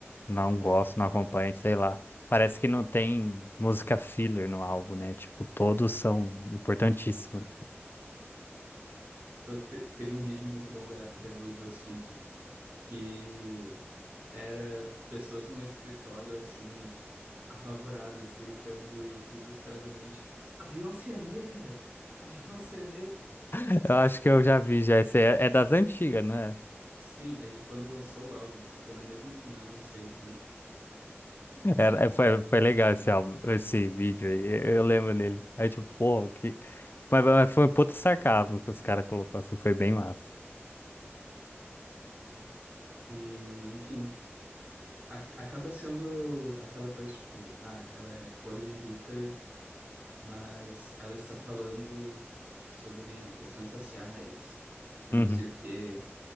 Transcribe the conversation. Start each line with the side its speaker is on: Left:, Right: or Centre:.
Left: não gosta, não acompanha, sei lá. Parece que não tem música filler no álbum, né? Tipo, todos são importantíssimos.
Right: Então, te- teve um vídeo muito bom da época do BuzzFeed, que era pessoas num escritório, assim, apavoradas, gritando desesperadamente: A Beyoncé é negra! A Beyoncé é negra!
Left: <laughs> eu acho que eu já vi, já. Esse é, é das antigas, não é?
Right: Sim, é de quando lançou o álbum, assim, foi na mesma semana que saiu esse vídeo.
Left: Era, é, foi, foi legal esse álbum, esse vídeo aí, eu, eu lembro dele. Aí tipo, pô, que... Mas, mas foi um puta sarcasmo que os caras colocou assim, foi bem massa.
Right: E, enfim. a- acaba sendo aquela coisa tipo, ah, ela é podre de rica, mas ela está falando sobre questões raciais e
Left: Uhum.
Right: não sei o quê.